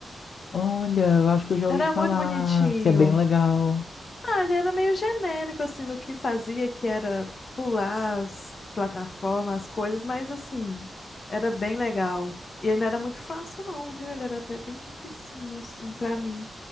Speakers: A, on the left; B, on the left.
A: Olha, eu acho que eu já
B: Era
A: ouvi falar,
B: muito bonitinho.
A: que é bem legal.
B: Ah, ele era meio genérico, assim, no que fazia, que era pular as plataformas, as coisas, mas, assim, era bem legal. E ele não era muito fácil, não, viu? Ele era até bem dificinho, assim, pra mim.